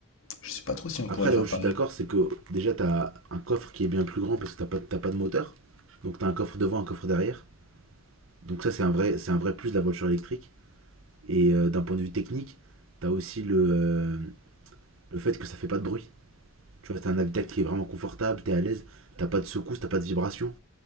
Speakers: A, on the left; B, on the right.
A: Je sais pas trop si on
B: Après,
A: pourrait
B: là
A: faire
B: où je
A: pareil.
B: suis d'accord, c'est que déjà, t'as un coffre qui est bien plus grand parce que t'as pas, t'as pas de moteur. Donc, t'as un coffre devant, un coffre derrière. Donc, ça, c'est un vrai, c'est un vrai plus de la voiture électrique. Et euh, d'un point de vue technique, t'as aussi le, euh, le fait que ça fait pas de bruit. Tu vois, t'as un habitacle qui est vraiment confortable, t'es à l'aise, t'as pas de secousses, t'as pas de vibrations.